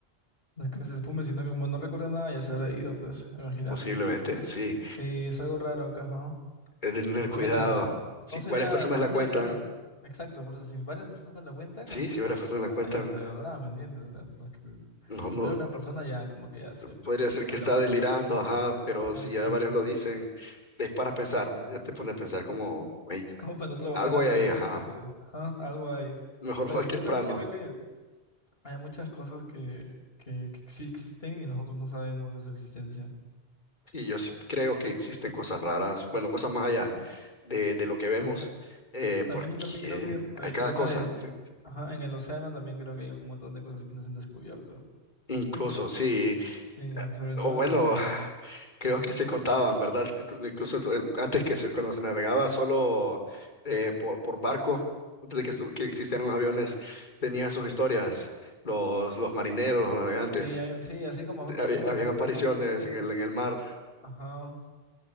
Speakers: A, on the left; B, on the left.
A: no es que se espume, sino que como no recuerda nada, ya se habrá ido, pues, imagínate.
B: Posiblemente, sí,
A: Sí, es algo raro acá, ajá.
B: es de tener cuidado.
A: Bueno,
B: Si
A: no sería,
B: varias personas
A: no
B: la
A: sería
B: cuentan,
A: exacto, por eso si varias personas lo cuentan
B: sí,
A: es
B: si
A: porque
B: varias personas la
A: hay
B: cuentan,
A: algo de verdad, ¿me entiendes? O sea, no es que-
B: no,
A: si
B: no,
A: fuera una persona ya como que ya se
B: podría
A: pues
B: ser
A: está
B: que está
A: loco.
B: delirando, ajá, pero
A: Ajá,
B: si
A: exacto.
B: ya varios lo dicen, es para pensar, ya te pone a pensar como, "Ey,
A: Es como para no trabajar
B: algo
A: hasta
B: hay ahí,
A: las
B: ajá,
A: seis tarde. Ajá, algo ahí.
B: mejor
A: Pues
B: <laughs> voy
A: que
B: temprano.
A: yo también creo que hay muchas cosas que, que, que sí existen y nosotros no sabemos de su existencia.
B: Y yo sí creo que existen cosas raras, bueno, cosas más allá
A: Sí.
B: de, de lo que vemos,
A: Ajá.
B: eh,
A: También
B: porque
A: yo también creo que por
B: hay
A: el
B: cada
A: tema
B: cosa.
A: de,
B: sí.
A: ajá, en el océano también creo que hay un montón de cosas que no se han descubierto.
B: Incluso, sí,
A: Sí, sobre
B: o
A: todo
B: bueno,
A: en el océano.
B: <sighs> creo que se contaban, ¿verdad? Titu- Incluso en el- antes que se- cuando se navegaba solo eh, por, por barco, antes de que, estu- que existieran
A: Ujú.
B: los aviones, tenían sus historias, los, los marineros, los navegantes,
A: Sí, hay- sí, así como nosotros
B: Hab-
A: tenemos
B: habían
A: las historias,
B: apariciones
A: ellos también tienen.
B: en el, en el mar,
A: Ajá.